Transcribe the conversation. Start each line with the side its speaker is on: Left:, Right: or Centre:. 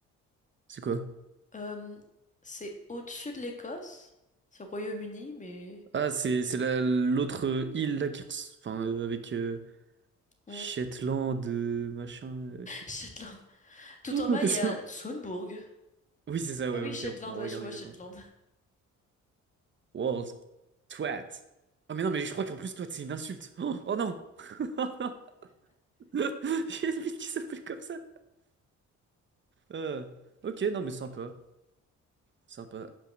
Right: C'est quoi?
Left: Euh, c'est au-dessus de l'Écosse. C'est au Royaume-Uni, mais...
Right: Ah c'est c'est la- l'autre euh, île là qui res- enfin euh, avec euh,
Left: Hmm.
Right: Shetland euh, machin. euh, je-
Left: Shetland. Tout
Right: <laughs>
Left: en bas, il
Right: C'est
Left: y a
Right: bon.
Left: Sundburg.
Right: Oui c'est ça
Left: Ah
Right: ouais
Left: oui,
Right: ok
Left: Shetland,
Right: on, on
Left: ouais,
Right: regarde
Left: je vois
Right: exactement.
Left: Shetland.
Right: World twat. Ah mais non mais je crois qu'en plus twat c'est une insulte. Oh, oh non. <laughs> Il y a une ville qui s'appelle comme ça. Euh, ok non mais sympa sympa.